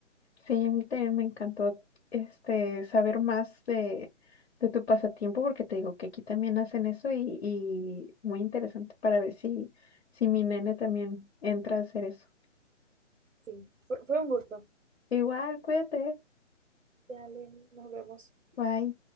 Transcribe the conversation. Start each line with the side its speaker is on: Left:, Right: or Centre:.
Left: Sí, a mí también me encantó este saber más de, de tu pasatiempo, porque te digo que aquí también hacen eso y, y muy interesante para ver si, si mi nene también entra a hacer eso.
Right: Sí, fue fue un gusto.
Left: Igual, cuídate.
Right: Dale, nos vemos.
Left: Bye.